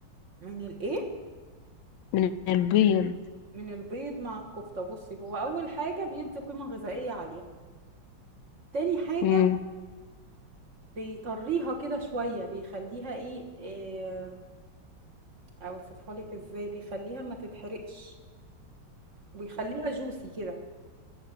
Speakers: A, on the right (about 40°); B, on the left (about 80°).
A: من الإيه؟
B: من البيض
A: من البيض مع الكفتة بصي هو أول حاجة بيدي قيمة غذائية عالية تاني حاجة
B: امم
A: بيطريها كده شوية بيخليها إيه آه، أوصفها لك إزاي بيخليها ما تتحرقش بيخليها جوسي كده